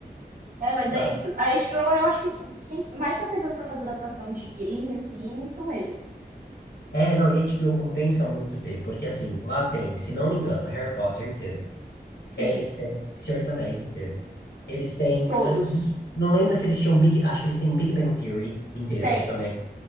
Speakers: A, on the right; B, on the left.
A: é, mas
B: Ah,
A: é isso. A HBO, eu acho que quem, quem mais tá pegando pra fazer adaptação de game, assim, são eles.
B: É, não, e HBO compensa muito ter, porque assim, lá tem, se não me engano, Harry Potter inteiro.
A: Sim,
B: É, Eles têm Senhor dos Anéis inteiro. Eles têm.
A: todos.
B: eh, Não lembro se eles tinham Big. Acho que eles têm Big Bang Theory inteiro
A: Tem.
B: também.